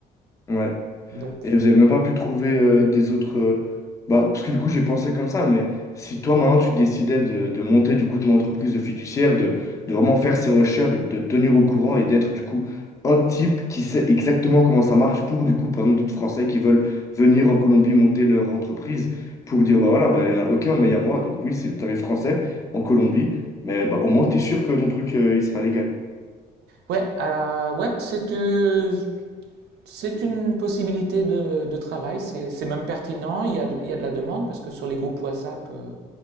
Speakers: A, on the left (about 20°); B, on the right (about 75°).
A: Ouais.
B: Donc,
A: Et vous avez même pas pu trouver euh, des autres. euh, Bah, parce que du coup, j'ai pensé comme ça, mais si toi, maintenant, tu décidais de, de monter du coup ton entreprise de fiduciaire, de, de vraiment faire ses recherches, de de te tenir au courant et d'être du coup un type qui sait exactement comment ça marche pour du coup, par exemple, d'autres Français qui veulent venir en Colombie monter leur entreprise pour dire, bah voilà, bah, il n'y en a aucun, mais il y a moi. Donc oui, c'est le tarif français en Colombie, mais bah, au moins, tu es sûr que ton truc, euh, il sera légal.
B: ouais, euh, ouais, c'est que C'est une possibilité de, de travail, c'est c'est même pertinent, il y a, de- il y a de la demande parce que sur les groupes WhatsApp euh,